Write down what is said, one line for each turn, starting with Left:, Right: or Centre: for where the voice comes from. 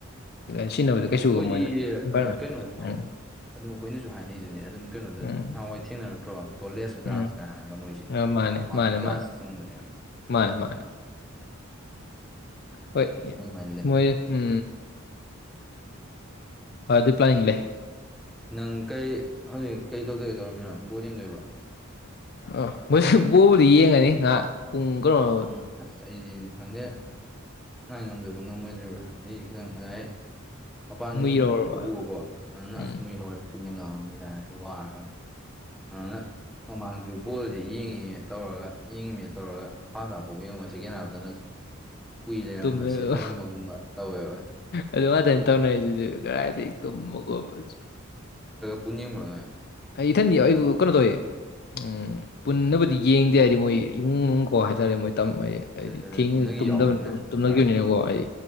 Left: ꯁꯤꯖꯤꯟꯅꯕꯗ
Centre: ꯃꯣꯏꯗꯤ
Left: ꯀꯩꯁꯨ
Centre: ꯃꯣꯏꯗꯤ
Left: ꯃꯣꯏꯗ ꯏꯟꯚꯥꯏꯔꯣꯟꯃꯦꯟ
Centre: ꯀꯩꯅꯣꯅꯤ ꯍꯥꯏꯕꯅꯤ
Left: ꯎꯝ
Centre: ꯑꯗꯨꯝ ꯑꯩꯈꯣꯏꯅꯁꯨ ꯍꯥꯏꯅꯩꯗꯨꯅꯦ ꯑꯗꯨꯝ ꯀꯩꯅꯣꯗ
Left: ꯎꯝ
Centre: ꯅꯍꯥꯟꯋꯥꯏ ꯊꯦꯡꯅꯔꯛꯇ꯭ꯔꯣ ꯇꯣꯂꯦꯁ ꯒ꯭ꯔꯥꯁꯀ
Left: ꯎꯝ
Centre: ꯍꯥꯏꯔꯒ ꯃꯣꯏꯁꯦ
Left: ꯃꯥꯅꯦ
Centre: ꯋꯥꯁꯤ
Left: ꯃꯥꯅꯦ
Centre: ꯒ꯭ꯔꯥꯁ
Left: ꯃꯥꯅꯦ
Centre: ꯆꯤꯡꯕꯅꯦꯕ
Left: ꯃꯥꯅꯦ ꯃꯥꯅꯦ ꯍꯣꯏ
Centre: ꯑꯗꯨꯃꯥꯏꯅ ꯂꯩ
Left: ꯃꯣꯏ ꯎꯝ ꯑꯗꯨꯅꯨꯡꯃꯥꯏꯅꯄ <unintelligible> ꯄ꯭ꯂꯥꯅꯤꯡ ꯂꯩ
Centre: ꯅꯪ ꯀꯩ ꯍꯧꯖꯤꯛ ꯀꯩ ꯇꯧꯗꯣꯏꯒꯦ ꯇꯧꯔꯃꯤꯅꯣ ꯕꯣꯜ ꯌꯦꯡꯗꯣꯏꯕ꯭ꯔꯣ
Left: ꯑ ꯃꯣꯏꯁꯨ ꯀꯣꯕꯨꯗꯤ ꯌꯦꯡꯉꯅꯤ ꯉꯍꯥꯛ ꯄꯨꯡ ꯀꯩꯅ‌ꫭ
Centre: ꯎꯝ ꯑꯁ ꯑꯩꯗꯤ ꯈꯪꯗꯦ ꯉꯥꯏ ꯉꯝꯗꯣꯏꯕ ꯉꯝꯃꯣꯏꯗ꯭ꯔꯤꯕ꯭ꯔꯥ ꯉꯁꯤꯗꯤ ꯈꯤꯇꯪ ꯉꯁꯥꯏ ꯃꯄꯥꯟ
Left: ꯃꯨꯏꯔꯧꯔꯕ
Centre: ꯁꯨꯝ ꯈ ꯊꯣꯛꯎꯕꯀꯣ ꯑꯗꯨꯅ
Left: ꯎꯝ
Centre: ꯑꯁ ꯃꯤꯍꯧꯔꯦ ꯇꯨꯝꯅꯤꯡꯉꯛꯑꯕꯗꯤ ꯍꯥꯏꯔꯁꯤ ꯋꯥꯔꯔꯣꯏ <unintelligible> ꯑꯗꯨꯅ ꯃꯃꯥꯡꯁꯨ ꯕꯣꯜꯁꯤ ꯌꯦꯡꯉꯤꯅꯦ ꯇꯧꯔꯒ ꯌꯦꯡꯉꯤꯃꯦ ꯇꯧꯔꯒ ꯐꯥꯁ ꯍꯥꯞ ꯄꯥꯎ ꯌꯦꯡꯉꯝꯃ ꯁꯦꯀꯦꯟ ꯍꯥꯞꯇꯅ ꯎꯏ ꯂꯩꯔꯝꯕ
Left: ꯇꯨꯝ <unintelligible>
Centre: ꯁꯦꯠꯊꯔꯝꯕꯒꯨꯝꯕ ꯇꯧꯋꯦꯕ
Left: ꯑꯗꯨ ꯉꯛꯇꯅ
Centre: ꯑꯥ
Left: ꯇꯧꯅꯔꯤꯁꯤꯗꯤ ꯀꯔꯥꯏꯗꯩ ꯇꯨꯝꯃꯣꯒꯣ <unintelligible>
Centre: ꯄꯨꯟꯌꯝꯨꯉꯥꯏ <unintelligible>
Left: ꯑꯩ ꯏꯊꯟꯗꯤꯌ ꯑꯩꯕꯨ ꯀꯅꫭ ꯇꯧꯌꯦ ꯎꯝ ꯄꯨꯟꯅꯕꯨꯗꯤ ꯌꯦꯡꯗꯦ ꯍꯥꯏꯗꯤ ꯃꯣꯏ ꯏꯃꯨꯡ ꯃꯅꯨꯡ ꯀꯣ ꯍꯥꯏꯇꯥꯔꯦ ꯃꯣꯏ <unintelligible> ꯑꯩ
Centre: ꯑꯠꯆꯥ
Left: ꯍꯥꯏꯗꯤ
Centre: ꯑꯠꯆꯥ
Left: ꯊꯦꯡꯉꯤ
Centre: ꯇꯨꯝꯅꯒꯤ
Left: ꯇꯨꯝꯗꯕ
Centre: ꯌꯥꯎꯕꯅꯤꯅ ꯅꯠꯇ꯭ꯔꯥ
Left: ꯇꯨꯝꯅꯈꯤꯕꯅꯤꯅꯀꯣ ꯑꯩ